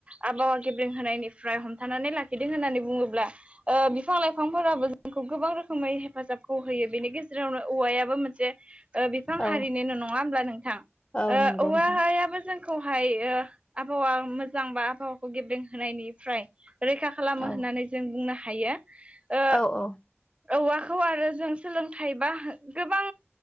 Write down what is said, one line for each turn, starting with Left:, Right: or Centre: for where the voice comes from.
Right: आबहावा गेब्रें होनायनिफ्राय थानानै लाखिदों होननानै बुङोब्ला ओ बिफां लाइफांफोराबो जों खौ गोबां रोखोमै हेफाजाबखौ होयो बेनि गेजेरावनो औवायाबो मोनसे ओ बिफां
Left: औ
Right: हारिन' नङा होमब्ला नोंथां
Left: औ
Right: ओ
Left: नंगौ नोंथां
Right: औव हायाबो जों खौहाय आबहावा मोजां बा आबहावाखौ गेब्लेेंहोनायनिफ्राय रैखा खालामो
Left: औ
Right: होननानै जों बुंनो हायो ओ
Left: औ औ
Right: औवाखौ आरो जों सोलोंथाइ बा गोबां